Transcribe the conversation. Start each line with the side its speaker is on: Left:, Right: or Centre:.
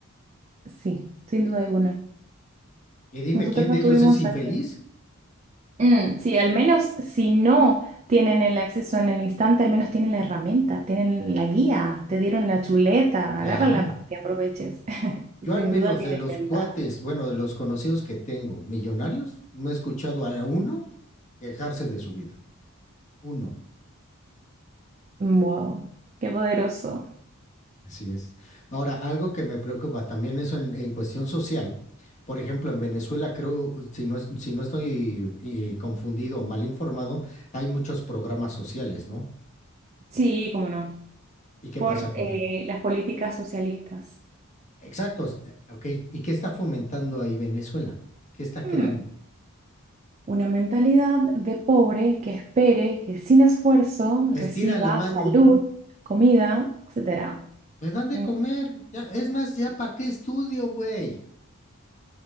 Right: Sí, sin duda alguna.
Left: Y dime,
Right: Nosotros
Left: ¿quién
Right: no
Left: de ellos
Right: tuvimos
Left: es infeliz?
Right: acceso. Mm, sí, al menos si no tienen el acceso en el instante, al menos tienen la herramienta, tienen la guía, te dieron la chuleta,
Left: Claro.
Right: agárrala para que aproveches. <laughs>
Left: Yo
Right: Sin
Left: al menos
Right: duda tienen
Left: de los
Right: ventaja.
Left: cuates, bueno, de los conocidos que tengo, millonarios, no he escuchado a uno quejarse de su vida. Uno.
Right: Wow, qué poderoso.
Left: Así es. Ahora, algo que me preocupa también eso en, en cuestión social. Por ejemplo, en Venezuela creo, si no, es- si no estoy eh, confundido o mal informado, hay muchos programas sociales, ¿no?
Right: Sí, cómo no.
Left: ¿Y qué
Right: Por
Left: pasa con...
Right: eh, las políticas socialistas.
Left: Exactos, ok. ¿Y qué está fomentando ahí Venezuela? ¿Qué está
Right: Mm.
Left: creando?
Right: Una mentalidad de pobre que espere que sin esfuerzo
Left: Estira
Right: reciba
Left: la mano,
Right: salud, comida, etcétera
Left: me dan de
Right: Mm,
Left: comer, ya, es más, ya para qué estudio, güey.